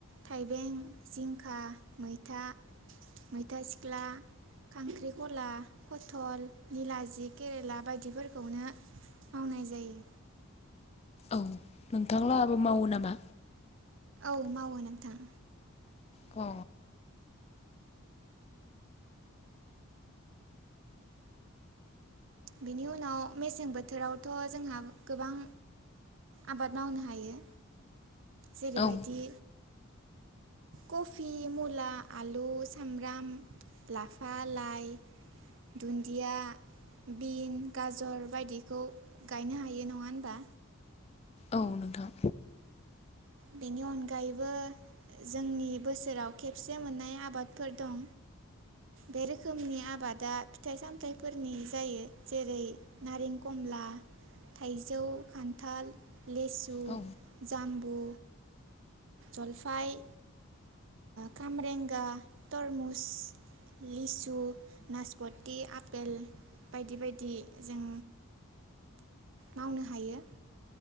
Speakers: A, on the right; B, on the left.
A: थाइबें, जिंखा, मैथा, मैथा सिख्ला, खांख्रिखला, फथल, निलाजि, केरेला बायदिफोरखौनो मावनाय जायो
B: औ नोंथांलाहाबो मावो नामा?
A: औ मावो नोंथां।
B: औ।
A: बिनि उनाव मेसें बोथोरावथ' जोंहा गोबां आबाद मावनो हायो। जेरैबायदि
B: औ
A: कफि, मुला, आलु, सामब्राम, लाफा, लाइ, दुन्दिया बिन, गाजर बायदिखौ गायनो हायो नङा होनबा।
B: औ नोंथां।
A: बेनि अनगायैबो जोंनि बोसोराव खेबसे मोननाय आबादफोर दं बे रोखोमनि आबादा फिथाइ सामथाइफोरनि जायो जेरै नारें खमला, थाइजौ, खान्थाल लेसु,
B: औ
A: जाम्बु, जलफाय, खामरेंगा, तरमुस, लिसु, नासपथि, आपेल बायदि बायदि जों मावनो हायो।